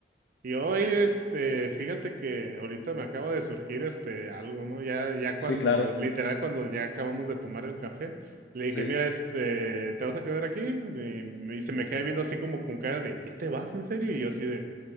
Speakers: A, on the right; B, on the left.
A: y hoy, este, fíjate que ahorita me acaba de surgir este algo, ¿no? Ya, ya cuando,
B: Sí, claro.
A: literal, cuando ya acabamos de tomar el café, le
B: Sí,
A: dije, mira, este, ¿te vas a quedar aquí? Y, y se me queda viendo así como con cara de, ¿ya te vas, en serio? Y yo así de,